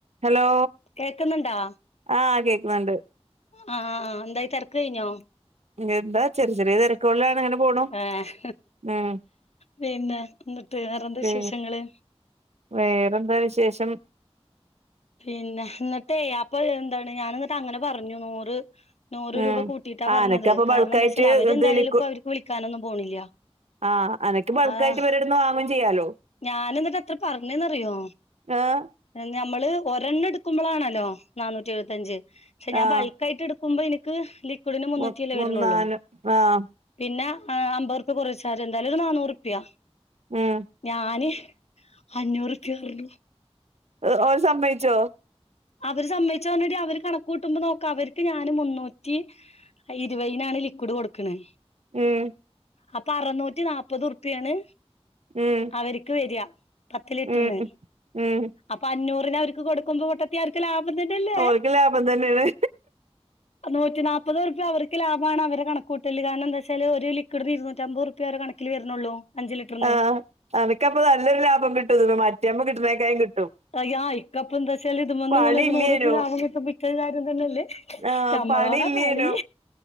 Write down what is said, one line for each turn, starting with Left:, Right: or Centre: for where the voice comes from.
Right: Hello
Left: കേക്കുന്നുണ്ടാ
Right: ആഹ് കേക്കുന്നുണ്ട്
Left: അ ആ ആഹ് എന്തായി തെരക്ക് കയിഞ്ഞോ
Right: പിന്നെ എന്താ ചെറി ചെറിയ തൈ കൊള്ളാനങ്ങന പോണു
Left: ഏഹ്,
Right: ഉം
Left: പിന്നെ എന്നിട്ട് വേറെന്ത
Right: പി
Left: വിശേഷങ്ങള്?
Right: വേറെന്താ വിശേഷം.
Left: പിന്നെ എന്നിട്ടേ അപ്പൊ എന്താണ് ഞാനെന്നിട്ട് അങ്ങനെ പറഞ്ഞു നൂറ്. നൂറ്
Right: ഉം
Left: രൂപ കൂട്ടിയിട്ടാ
Right: ആഹ്
Left: പറഞ്ഞത്,
Right: അനക്ക് അപ്പൊ
Left: കാരണം
Right: ബൾക്കായിട്ട്
Left: എന്താ വെച്ചാൽ അവരെന്തായാലുംപ്പ
Right: ഇത് ലിക്കു
Left: അവർക്ക് വിളിക്കാനൊന്നും പോണില്ല.
Right: ആഹ് അനക്ക് ബൾക്കായിട്ട്
Left: ആഹ്,
Right: ഇവരെടുന്ന് വാങ്ങും ചെയ്യാലോ
Left: ഞാനന്നട്ട് എന്നിട്ട് അത്ര പറഞ്ഞേന്ന് അറിയോ?
Right: ആഹ്
Left: ഞമ്മള് ഒരെണ്ണം എടുക്കുമ്പളാണല്ലോ നാനൂറ്റി എഴുപത്തഞ്ച്. ക്ഷ ഞാൻ
Right: ആഹ്
Left: ബൾക്കയിട്ട് എടുക്ക ക്കുമ്പ എനിക്ക് ലിക്വിഡിന് മുന്നൂറ്റി
Right: മു
Left: അല്ലേ വരണള്ളൂ.
Right: മൂന്നാല് ആഹ്
Left: പിന്നെ ആ അമ്പത്റ്പ്യ കൊറിയർ ചാർജ് എന്തായാലും ഒരു നാന്നൂറുപ്യ.
Right: ഉം
Left: ഞാന് അഞ്ഞൂറ്പ്യ പറഞ്ഞു.
Right: ഓ! ഓര് സമ്മയിച്ചോ?
Left: അവര് സമ്മയിച്ചോന്നെടി, അവര് കണകൂട്ടുംമ്പോ നോക്ക അവർക്ക് ഞാന് മുന്നൂ റ്റി ഇരുപതിനാണ് ലിക്വിഡ് കൊടുക്ക്ണ്.
Right: ഉം
Left: അപ്പ അറനൂറ്റി നാല്പ്പത് ഉറുപ്പ്യണ്.
Right: ഉം
Left: അവര്ക്ക് വെര, പത്ത് ലിറ്റർന്ന്.
Right: ഉം ഉം ഉം
Left: അപ്പൊ അഞ്ഞൂറിന് അവർക്ക് കൊടുക്കുമ്പോ പൊ ക്ക് ലാഭം തന്നല്ലേ.
Right: ഓൽക്ക് ലാഭം തന്നെയാണ്
Left: നൂറ്റിനാൽപ്പത്റുപ്യ അവർക്ക് ലാഭാണ് അവരെ കണക്കൂട്ടല്. കാരണം എന്താച്ചല് ഒരു ലിക്വിഡിന് ഇരുന്നൂറ്റമ്പത് ഉർ പ്യ ഓരേ കണക്കില് വരുന്നുള്ളൂ. അഞ്ച് ലിറ്ററിന്
Right: ആഹ്, അനക്കപ്പ നല്ലൊരു ലാഭം കിട്ടും ഇത്‌മെ മറ്റെമ്മ കിട്ടുന്നേക്കായും കിട്ടും.
Left: ആഹ് ഇക്കപ്പൊ എന്താച്ചാല് ഇത് മന്ന്
Right: പണി
Left: ഇങ്ങന ഒരു
Right: ഇല്ലേനു
Left: നൂറുപ ലാഭം കിട്ടുമ്പോ ഇക്കത് കാര്യം തന്നെല്ലേ.
Right: ആഹ്
Left: ഞമ്മളോടാ
Right: പണില്ലേനു
Left: കളി.